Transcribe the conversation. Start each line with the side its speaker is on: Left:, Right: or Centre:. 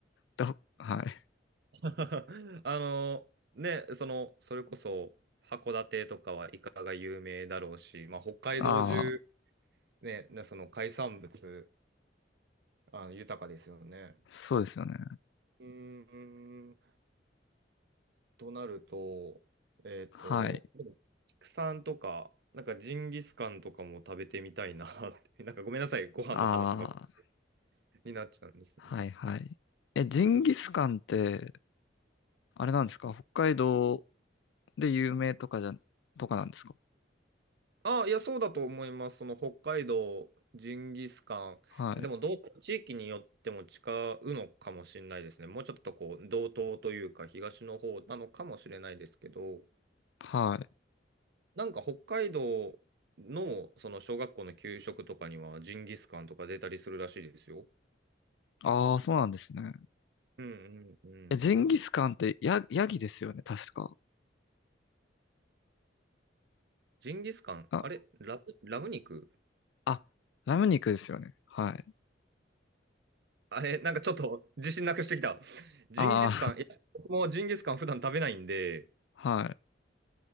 Left: ど、はい。
Right: <laughs> あの、ね、その、それこそ、函館とかはイカが有名だろうし、まあ、北海道中、
Left: ああ、
Right: ね、ねその海産物、あ、豊かですよね。
Left: そうですよね。
Right: うーん、となると、えっと、
Left: はい。
Right: でも畜産とか、なんかジンギスカンとかも食べてみたいなって、<laughs> なんかごめんなさい、ご飯の話ばっか
Left: ああ、
Right: りになっちゃうんですね。
Left: はいはい。え、ジンギスカンって、あれなんですか北海道で有名とかじゃ、とかなんですか
Right: ああ、いや、そうだと思います。その北海道、ジンギスカン。
Left: はい。
Right: でも、どう、地域によっても違うのかもしれないですね。もうちょっとこう、道東というか、東の方なのかもしれないですけど、
Left: はい。
Right: なんか北海道の、その小学校の給食とかには、ジンギスカンとか出たりするらしいですよ。
Left: ああ、そうなんですね。
Right: うんうんうん。
Left: え、ジンギスカンってヤ、ヤギですよね、確か。
Right: ジンギスカン、
Left: あ、
Right: あれ、ラム、ラム肉
Left: あ、ラム肉ですよね。はい。
Right: <laughs> あれ、なんかちょっと自信なくしてきた。ジンギスカン、
Left: あ
Right: いや、僕もジンギスカン普段食べないんで、
Left: あ、<laughs> はい。